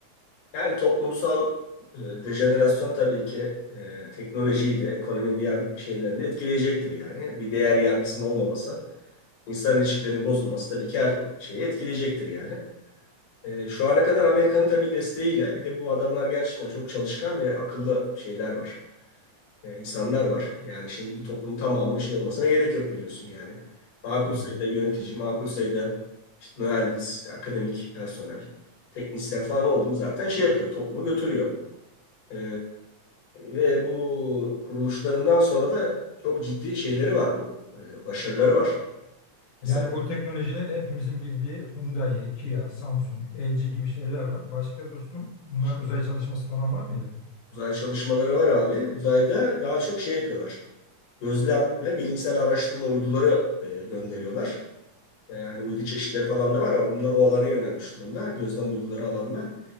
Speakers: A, on the left; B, on the left.
A: yani toplumsal e, dejenerasyon tabii ki e, teknolojiyi de ekonominin diğer şeylerini de etkileyecektir yani. Bir değer yargısının olmaması, insan ilişkilerinin bozulması tabii ki her şeyi etkileyecektir yani. E, şu ana kadar Amerika'nın tabii desteğiyle bir de bu adamlar gerçekten çok çalışkan ve akıllı şeyler var. e, insanlar var. Yani şimdi bir toplumun tamamının şey olmasına gerek yok biliyorsun yani. Makul
B: Evet.
A: sayıda yönetici, makul sayıda işte mühendis, akademik personel, teknisyen falan oldum zaten şey yapıyor, toplumu götürüyor. E, ve bu kuruluşlarından sonra da çok ciddi şeyleri var bu, e, başarıları var. Mesela
B: Yani bu teknolojide hepimizin bildiği Hyundai, Kia, Samsung, LG gibi şeyler var. Başka dostum bunların
A: işte
B: uzay çalışması falan var mıydı?
A: uzay çalışmaları var abi. Uzayda daha çok şey yapıyorlar. Gözlem ve bilimsel araştırma uyduları e, gönderiyorlar. E, hani uydu çeşitleri falan da var ama bunlar o alana yönelmiş durumda. Gözlem uyduları alanına.